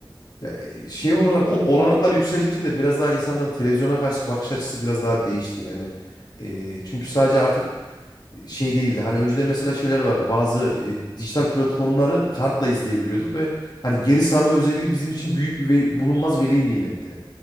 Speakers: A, on the left (about 55°); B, on the right (about 65°).
A: Ya e, şey
B: Onların
A: olarak
B: tadı
A: o-
B: farklı.
A: olanaklar yükseldikçe de biraz daha insanların televizyona karşı bakış açısı biraz daha değişti yani. Ee, çünkü sadece artık e, şey değildi. Hani önceden mesela şeyler vardı. Bazı e, dijital platformları kartla izleyebiliyorduk ve hani geri sarma özelliği bizim için büyük bir ve- bulunmaz veli nimetti.